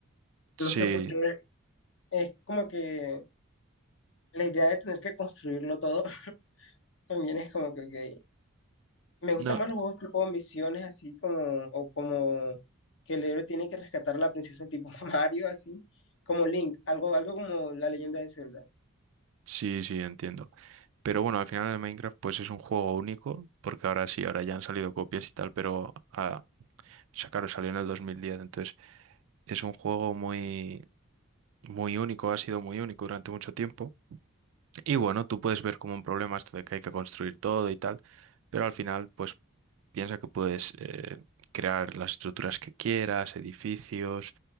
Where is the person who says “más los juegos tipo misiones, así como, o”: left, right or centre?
Left